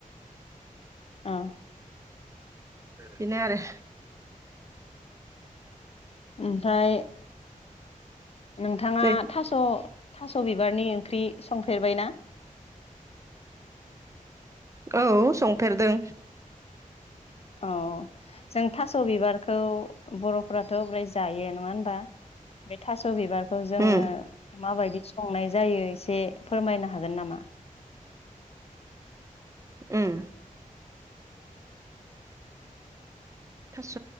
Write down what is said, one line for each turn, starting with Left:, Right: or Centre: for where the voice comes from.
Left: औ
Right: बिनो आरो
Left: ओमफाय नोंथाङा
Right: नै
Left: थास' थास' बिबारनि ओंख्रि संफेरबायना?
Right: औ संफेरदों।
Left: अ जों थास' बिबारखौ बर'फोराथ' ब्राय जायो नङा हबा बे थास' बिबार खौ जोङो
Right: उम
Left: माबायदि संनाय जायो एसे फोरमायनो हागोन नामा?
Right: उम थास'